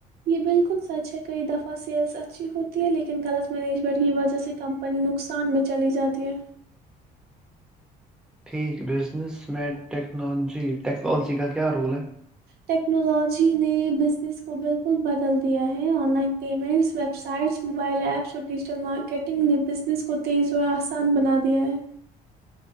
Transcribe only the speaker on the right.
یہ بالکل سچ ہے کئی دفع سیلز اتچھی ہوتی ہے لیکن غلط میننیجمنٹ کی وجہ سے کمپنی اپنی نقصان میں چلی جاتی ہے
ٹیکنالوجی نے بزنس کو بالکل بدل دیا ہے online payments websites mobile apps اور ڈیجیٹل مارکیٹنگ نے ب جس کو تیز اور آسان بناات دیا ہے